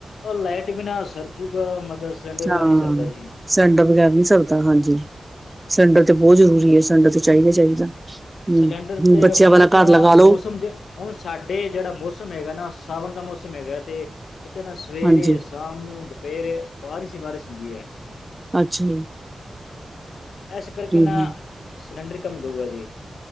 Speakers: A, on the left (about 85°); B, on the right (about 20°).
A: ਓ ਲਾਈਟ ਬਿਨਾ ਸਰਜੁਗਾ ਮਗਰ ਸਿਲੰਡਰ ਬਿਨਾਂ
B: ਹਾਂ।
A: ਨਹੀਂ ਸਰਦਾ ਜੀ
B: ਸਿਲੰਡਰ ਬਗੈਰ ਨਹੀਂ ਸਰਦਾ ਹਾਂਜੀ, ਸਿਲੰਡਰ ਤੇ ਬਹੁਤ ਜ਼ਰੂਰੀ ਹੈ ਸਿਲੰਡਰ ਤੇ ਚਾਹੀਦਾ -ਚਾਹੀਦਾ। ਹਮ
A: ਸਿਲੰਡਰ ਤੇ
B: ਬੱਚਿਆਂ
A: ਹੁਣ
B: ਵਾਲਾ
A: ਤੋ
B: ਘਰ ਲਗਾ ਲਓ
A: ਮੌਸਮ ਜ ਹੁਣ ਸਾਡੇ ਜਿਹੜਾ ਮੌਸਮ ਹੈਗਾ ਨਾ ਸਾਵਣ ਦਾ ਮੌਸਮ ਹੈਗਾ ਤੇ ਇੱਥੇ ਨਾ ਸਵੇਰੇ
B: ਹਾਂਜੀ,
A: ਸ਼ਾਮੀ ਨੂੰ ਦੁਪਹਿਰੇ ਬਾਰਿਸ਼ ਹੀ ਬਾਰਿਸ਼ ਹੁੰਦੀ ਐ।
B: ਅੱਛਾ
A: ਇਸ ਕਰਕੇ
B: ਹੂੰ-ਹੂੰ,
A: ਨਾ, ਸਿਲੰਡਰ ਕੰਮ ਦੂਗਾ ਜੇ।